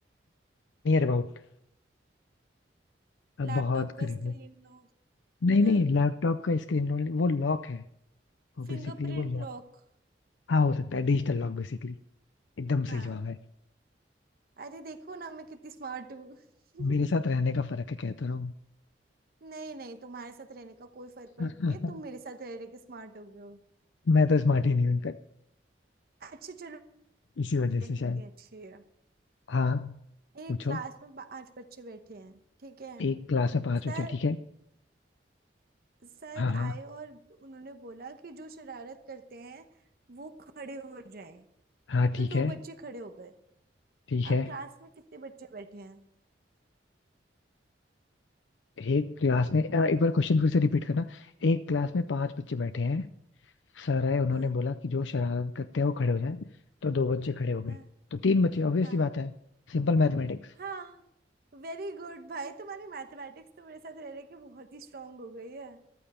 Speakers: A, on the left (about 80°); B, on the right (about 50°).
A: Near about
B: लैपटॉप
A: बहुत
B: का
A: करीब
B: स्क्रीन
A: हो
B: लॉक मतलब
A: नहीं नहीं लैपटॉप का स्क्रीन रोल वो लॉक है वो
B: Fingerprint
A: बेसिकली वो लॉक
B: lock
A: हाँ हो सकता है डिजिटल लॉक बेसिकली एकदम
B: हाँ
A: सही जवाब है
B: अरे देखो ना मैं कितनी स्मार्ट हूँ <laughs>
A: मेरे साथ रहने का फर्क है कहता रहा हूँ
B: नहीं नहीं तुम्हारे साथ रहने का कोई फर्क
A: <laughs>
B: पड़ नहीं तुम मेरे साथ रह रहे के स्मार्ट हो गए हो
A: मैं तो स्मार्ट ही नहीं हूँ इनका
B: अच्छा चलो
A: इसी वजह
B: हैं,
A: से
B: कितनी
A: शायद
B: अच्छी है
A: हाँ
B: एक
A: पूछो
B: क्लास में पांच बच्चे बैठे हैं ठीक है
A: एक क्लास में पांच
B: सर
A: बच्चे ठीक है
B: सर
A: हाँ हाँ
B: आए और उन्होंने बोला कि जो शरारत करते हैं वो खड़े हो जाएं
A: हाँ
B: तो
A: ठीक
B: दो
A: है
B: बच्चे खड़े हो गए
A: ठीक है
B: अब क्लास में कितने बच्चे बैठे हैं
A: एक क्लास में अ, एक बार क्वेश्चन फिर से रिपीट करना एक क्लास में पांच बच्चे बैठे हैं सर है उन्होंने
B: हाँ
A: बोला कि जो शरारत करते हैं वो खड़े हो जाए तो दो बच्चे खड़े हो गए
B: हाँ
A: तो तीन बच्चे ऑब्वियस
B: हाँ
A: सी बात है सिंपल मैथमेटिक्स
B: हाँ वेरी गुड भाई तुम्हारी मैथमेटिक्स तो मेरे साथ रह रहे के बहुत ही स्ट्रांग हो गई है